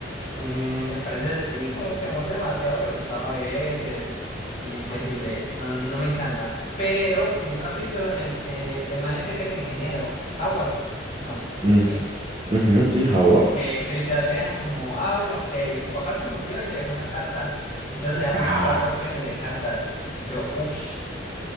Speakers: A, on the left (about 35°); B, on the right (about 25°).
A: Y me parece, sí, como que amor demasiado rebuscado a veces. Y pues sí, bre, no, no me encanta. Pero vi un capítulo en el que el man este que es ingeniero, Howard, no,
B: Mm,
A: sí,
B: ujú, sí, Howard.
A: que, que literal le dejan como, ah, bueno, ok, su papá se murió y le dejó una carta. Entonces le damos
B: Ah.
A: cuatro opciones de cartas. Y yo, uff,